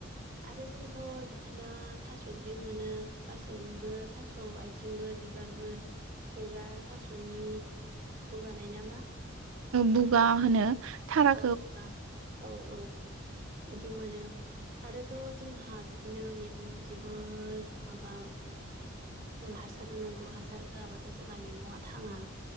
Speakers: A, on the right (about 45°); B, on the right (about 75°).
A: आरो जोंथ' बिदिनो थास'निफ्राय मोनो गासैबो थास' आथिंबो बिबारबो एबा थास'नि बुगानाय नामा
B: बुगा होनो थारा
A: औ बुगा औ औ बिदि मोनो आरोथ' जोंहा बिदिनो मैगङाव जोबोद माबा हासार होनांगौ हासार होआबाथ' जोंना मैगङा थाङा।